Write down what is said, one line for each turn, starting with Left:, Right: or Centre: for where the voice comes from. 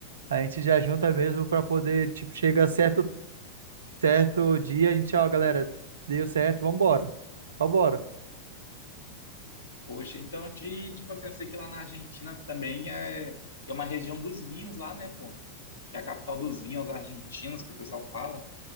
Right: a gente já junta mesmo pra poder, tipo, chega certo certo dia, a gente, ó, galera, deu certo, vambora. Vambora.
Left: Poxa, então, e, tipo assim, eu sei que lá na Argentina também é, tem uma região dos vinhos lá, né, pô? Que é a capital dos vinhos argentinos, que o pessoal fala.